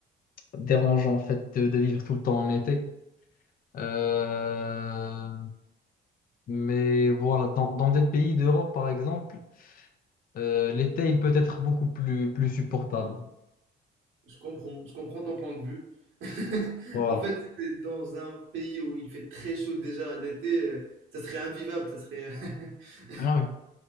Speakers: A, on the left; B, on the right.
A: dérangeant en fait de, de vivre tout le temps en été. Euh, mais voilà, dans, dans des pays d'Europe par exemple, euh, l'été il peut être beaucoup plus, plus supportable.
B: Je comprends. Je comprends ton point de vue. <laughs>
A: Voilà,
B: En fait, c'est dans un pays où il fait très chaud déjà l'été, euh, ça serait invivable, ça serait <laughs>
A: ouais,